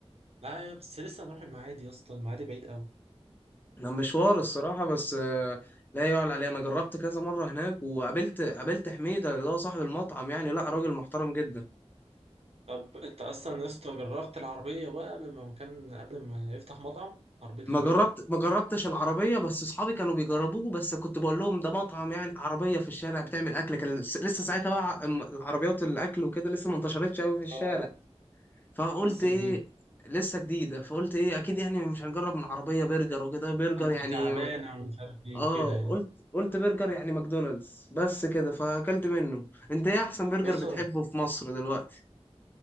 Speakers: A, on the right; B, on the left.
A: لا يا بس لسه هنروح المعادي يا اسطى المعادي بعيد قوي
B: ده مشوار الصراحة بس آه، لا يعلى عليه أنا جربت كذا مرة هناك وقابلت قابلت حميدة اللي هو صاحب المطعم يعني لا راجل محترم جدا
A: طب انت اصلا يا اسطى جربت العربيه بقى قبل ما مكان قبل ما يفتح مطعم عربيه حميده
B: ما جربت ما جربتش العربية بس أصحابي كانوا بيجربوه بس كنت بقول لهم ده مطعم يعني عربية في الشارع بتعمل أكل كان لس- لسه ساعتها بقى الم- العربيات الأكل وكده لسه ما انتشرتش أوي في الشارع
A: اه
B: فقلت
A: لسه
B: إيه
A: جديده
B: لسه جديدة فقلت إيه أكيد يعني مش هنجرب من عربية برجر وكده برجر
A: كان
B: يعني
A: دي تعبانه ومش عارف ايه
B: اه
A: وكده يعني
B: قلت قلت برجر يعني ماكدونالدز بس كده فاكلت منه انت ايه احسن برجر
A: يا اسطى
B: بتحبه في مصر دلوقتي